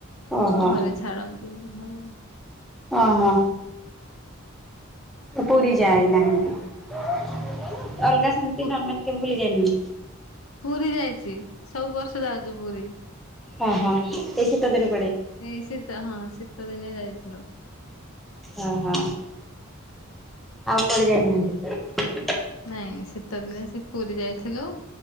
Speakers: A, in the centre; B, on the left.
A: ଓହୋ
B: ଘରେ ଛାଡ଼ନ୍ତି ବି ଘରେ।
A: ଓ ହୋ। ପୁରୀ ଯାଇ ନାହାନ୍ତି। ଅଲଗା ସେମିତି
B: ପୁ
A: ନର୍ମାଲ କେବେ ବୁଲି ଯାଇନାହା
B: ପୁରୀ ଯାଇଛି ସବୁ ବର୍ଷ ଯାଉଛି ପୁରୀ।
A: ଓ ହୋ ଏଇ ଶୀତ ଦିନେ
B: ଏଇ ଶୀତ ହଁ ଶୀତଦିନେ ଯାଇଥିଲୁ।
A: ଓ ହୋ ଆଉ କୋଆଡେ ଯାଇ ନାହାନ୍ତି?
B: ନାଇଁ ଶୀତ ଦିନେ ସେ ପୁରୀ ଯାଇଥିଲୁ